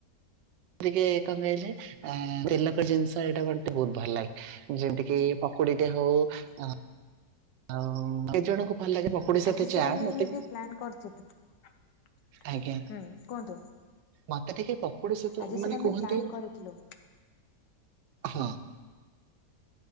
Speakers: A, on the right; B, on the left.
A: ଟିକେ କମାଇଲେ ଆ ତେଲକ ଜିନିଷ ଏଇଟା ମତେ ବହୁତ ଭଲ ଲାଗେ ଯେମିତି କି ପକୁଡିଟେ ହଉ ଅ। ଆଉ କେ ଜଣଙ୍କୁ ପକୁଡି ସହିତ
B: ଆଜି ସାର୍
A: ଚା
B: ଆମେ
A: ମତେ
B: ଏମିତି ପ୍ଲାନ୍ କରିଥିଲୁ। ହୁଁ
A: ଆଜ୍ଞା
B: କୁହନ୍ତୁ।
A: ମତେ ଟିକେ ପକୁଡି ସତ
B: ଆଜି
A: ମାନେ
B: ସାର୍ ଆମେ
A: କୁହନ୍ତି।
B: ପ୍ଲାନ୍ କରିଥିଲୁ
A: ହଁ।